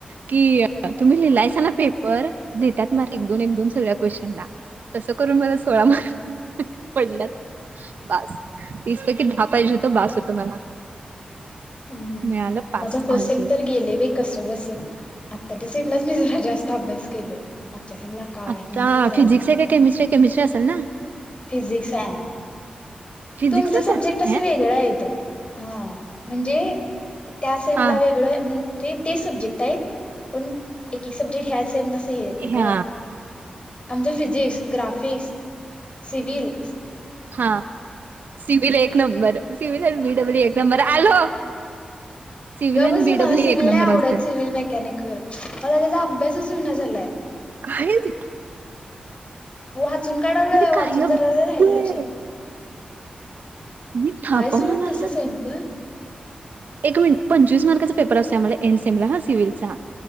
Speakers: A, on the right; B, on the left.
A: की तुम्ही लिहिलाय ना पेपर देतात मार्क एक दोन एक दोन सगळ्या क्वेशन ला तसं करून मला सोळा
B: हम्म हम्म
A: मार्क पडल्यात बास तीस पैकी दहा पाहिजे होत बास होतो मला
B: हम्
A: मिळालं pass
B: माझ first
A: all
B: sem
A: clear
B: तर गेले ब कस बस आताच्या सीमला मी जरा जास्त अभ्यास केलोय त्या सेमला काहीही
A: आता
B: करायला
A: फिजिक्स
B: नव्हतं
A: आहे का केमिस्ट्री केमिस्ट्री असेल ना
B: फिजिक्स आहे
A: फिजिक्सच
B: तुमचं सब्जेक्ट
A: आहे
B: असं वेगळं आहेत हा म्हणजे त्या सेम
A: हा
B: ला वेगळं म्हणजे ते सब्जेक्ट आहेत पण एक सब्जेक्ट ह्या सेम
A: हा
B: ग आमच फिजिक्स ग्राफिक्स सिविल
A: हा सिवील एक नंबर सिवील बीडब्ल्यू एक नंबर आलो सिव्हल
B: ग
A: आणि
B: बस
A: बीडब्ल्यू
B: मला सिव्हिल
A: एक नंबर
B: नाही आवडत
A: असतय
B: सिव्हिल मेकॅनिकल मला त्याचा अभ्यासच विना झालाय
A: कायची
B: वाचून काढवल वाचून
A: काही अपडेट
B: जरा जरा राहील लक्षात
A: आहे. मी थापा
B: आहे सोड
A: मारून आल्यात
B: तसं स्वयंपाक
A: एक मिनिट पंचवीस मार्काचा पेपर असतो आमला एड सेमला हा सिव्हिलचा